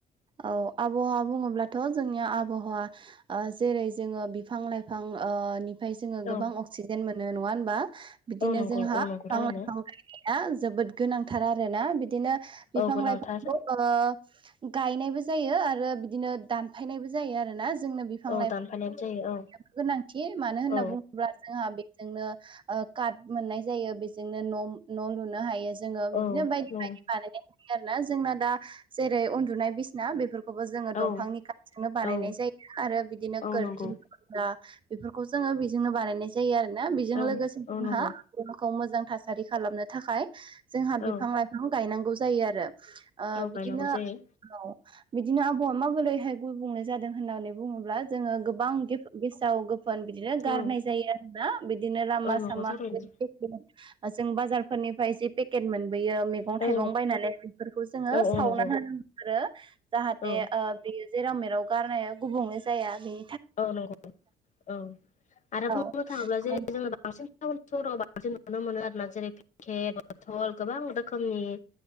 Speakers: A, on the right (about 30°); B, on the left (about 45°).
A: औ आबहावा बुङोब्लाथ' जोंनि आब'हावा ओ जेरै जोङो बिफां लाइफां ओ निफाय जोङो गोबां
B: औ
A: अक्सि जेन मोनो नङा होनबा? बिदिनो
B: औ नंगौ
A: जोंहा
B: औ नंगौ
A: बिफां
B: थारैनो
A: लाइफां <unintelligible> जोबोद गोनांथार आरोना बिदिनो
B: औ
A: बिफां
B: गोनांथार
A: लाइफांखौ ओ गायनायबो जायो आरो बिदिनो दानफायनायबो जायो आरोना जोंनो बि बिफां
B: औ दानफायनायबो जायो औ
A: <unintelligible> गोनांथि मानो होनना
B: औ
A: बुङोब्ला जोंहा बे जोंनो ओ काट मोननाय जायो बेजोंनो न' न' लुनो हायो। जोङो
B: औ
A: बिदिनो बायदि बायदि बानायनाय नुयो आरोना जोंना दा जेरै उन्दुनाय बिसना बेफोर खौबो जोङो
B: औ
A: दंफांनि खाथजोंनो बानायनाय
B: औ
A: जायो आरो बिदिनो
B: औ
A: खोरखि
B: नंगौ
A: <unintelligible> बेफोरखौ जोङो बिजोंनो बानायनाय जायो आरो ना बिजों
B: औ
A: लोगोसे जोंहा
B: औ नंगौ
A: ग'खौ मोजां थासारि खालामनो थाखाय जोंहा
B: औ
A: बिफां लाइफां गायनांगौ जायो आरो। ओ
B: औ
A: बिदिनो
B: गायनांगौ जायो
A: औ बिदिनो आब'हावा माबोरैहाय गुबुंले जादों होननानै बुङोब्ला जोङो गोबां गेफ गेसाव गोफोन बिदिनो गारनाय
B: औ
A: जायो आरोना बिदिनो लामा
B: औ
A: सामा
B: नंगौ थारैनो
A: <unintelligible> जों बाजारफोरनिफ्राय जे पेकेट मोनबोयो मे गं
B: औ
A: थायगं बायनानै बेफोरखौ जोङो
B: औ
A: सावनानै
B: औ नंगौ
A: होनांगौ आरो जाहाथे
B: औ
A: ओ ओ बेयो जेराव मेराव गारनाया गुबुंलै जाया बे
B: औ नोंगौ औ आरो बुंनो
A: औ
B: थाङोब्ला जेरै
A: औ
B: जोङो बांसिन टाउन सहराव बांसिन नुनो मोनो आरोना जेरै के बथल गोबां रोखोमनि